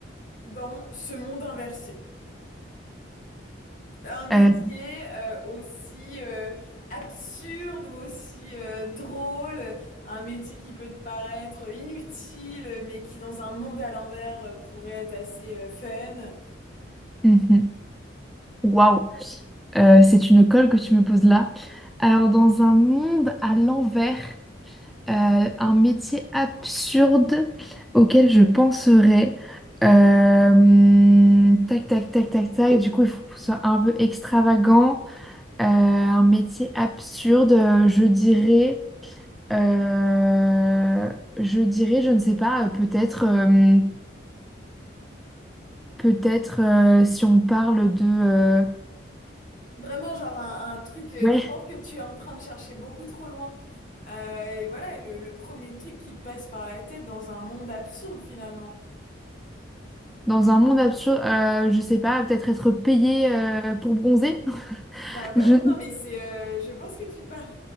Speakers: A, on the left; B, in the centre.
A: dans ce monde inversé? Un métier
B: Euh,
A: euh, aussi euh, absurde ou aussi euh, drôle, un métier qui peut te paraître inutile, mais qui dans un monde à l'envers euh, pourrait être assez euh, fun.
B: mhm. Waouh. Euh, c'est une colle que tu me poses là. Alors, dans un monde à l'envers, euh, un métier absurde auquel je penserais. euh, tac, tac, tac, tac, tac. Du coup, il faut que ce soit un peu extravagant. Euh, un métier absurde, euh, je dirais. euh, je dirais, je ne sais pas, euh, peut-être. euh, Peut-être euh, si on parle de... euh,
A: Vraiment, genre un, un truc, euh,
B: Ouais,
A: je pense que tu es en train de chercher beaucoup trop loin. Euh, et voilà, et le, le premier truc qui te passe par la tête dans un monde absurde finalement.
B: dans un monde absurde, euh, je sais pas, peut-être être payé euh, pour bronzer.
A: Bah
B: <laughs>
A: voilà,
B: Je...
A: non mais c'est, euh, je pense que tu parles.